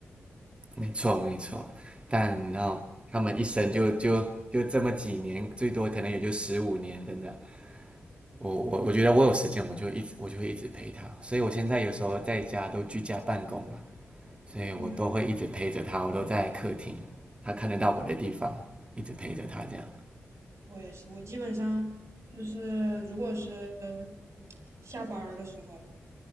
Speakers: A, on the right; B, on the right.
A: <laughs> 没错没错。但然后他们一生就就就这么几年，最多可能也就十五年，真的。我我我觉得我有时间，我就一直我就会一直陪它。所以我现在有时候在家都居家办公嘛，所以我都会一直陪着它，
B: 嗯，
A: 我都在客厅，它看得到我的地方，一直陪着它这样。
B: 我也是，我基本上就是如果是下班儿的时候，